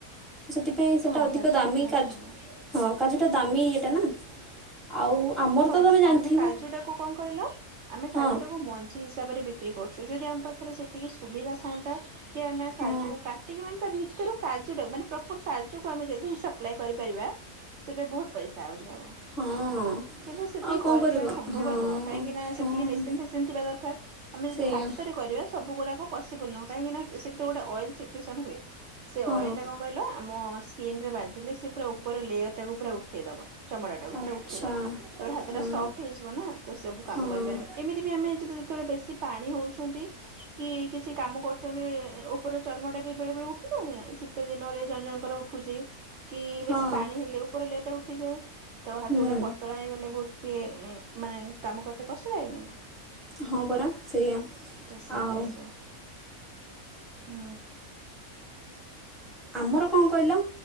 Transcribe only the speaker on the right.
ହଁ
କାଜୁ
ଟା ବହୁତ
ଭଲ।
ହଁ
ଆମେ କାଜୁ ଟାକୁ କଣ କହିଲ ଆମେ କାଜୁ
ଟାକୁ ମଞ୍ଜି ହିସାବରେ ବିକ- ବିକ୍ରି କରୁଛୁ ଯଦି ଆମ ପାଖରେ ସେତିକି ସୁବିଧା ଥାଆନ୍ତା- କି ଆମେ
କଜୁକୁ କାଟିକି ମାନେ ତା ଭ। ରୁ କାର୍ଟାକୁ ମାନେ ପ୍ରପର କାର୍ଯ୍ୟକୁ ଆମେ ଯଦି ସପ୍ଲାଏ କରିପାରିବା ସେବେ ବହୁତ ପଇସା ଆହୁରି ହବ।
କିନ୍ତୁ ସେତିକି
କରିବା
ସମ୍ଭବ
ନୁହଁ କାହିଁକି ନା
ସେତିକି ମେସିନ ଫେସିନ ଥିବା ଦରକାର ଆମେ ଯଦି
ହାତରେ କରିବା ସବୁଗୁଡାକ- ପସିବଲ୍ ନୁହ କହିଁକିନାଥିରେ ଗୋଟେ ଅଏଲ ସିକେସନ୍ ହୁଏ। ସେ
ଅୟନ ଟା କଣ କହିଲ ଆମ- ସ୍କିନ ରେ ବାଜିଲେ ସେ ପୁରା ଉପରେ ଲେୟର ଟାକୁ ପୁରା ଉଠେଇଦବା- ଚମଡ଼ା ଟାକୁ
ପୁରା ଉଠେଇଦବ- ତା ହାତ
ଟା ସଫ୍ଟ ହେଇଯିବ ନା ତ ସବୁ କାମ
କରିପାରିବ ଏମିତି ବି ଆମେ ଯଦି- ଯେତେବେଳେ ବେଶୀ ପାଣି ହଉଛନ୍ତି କି କିଛି କାମ କରୁଛନ୍ତି ଉପର ଚର୍ମଟା ବି ବେଳେ ବେଳେ ଉଠି ଯାଉନି ନା ଶୀତ ଦିନରେ ଜଣ ଜଣଙ୍କର ଉଠୁଛି- କି
ବେଶୀ ପାଣି ହେଲେ ଉପର ଲଟା- ଠ ଯେ ତ ହାତୋଟା
ପ- ବହୁତ ଟିକେ ମାନେ କାମ କରତେ କଷ୍ଟ ଲାଗେନି ନା
ତ ସେଇ
ଟାଇପ ର ହୁଁ